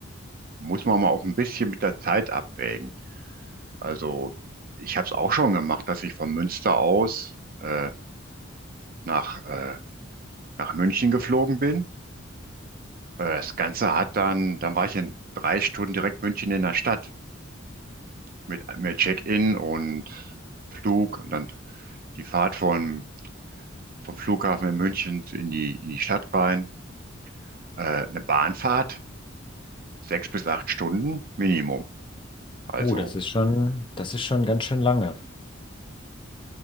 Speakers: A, on the right; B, on the left.
A: muss man mal auch ein bisschen mit der Zeit abwägen. Also ich habe es auch schon gemacht, dass ich von Münster aus äh, nach, äh, nach München geflogen bin. Äh, das Ganze hat dann, dann war ich in drei Stunden direkt München in der Stadt mit, mit Check-in und Flug und dann die Fahrt von, vom Flughafen in München in die, in die Stadt rein. Äh, eine Bahnfahrt, sechs bis acht Stunden Minimum. Also
B: Oh, das ist schon, das ist schon ganz schön lange.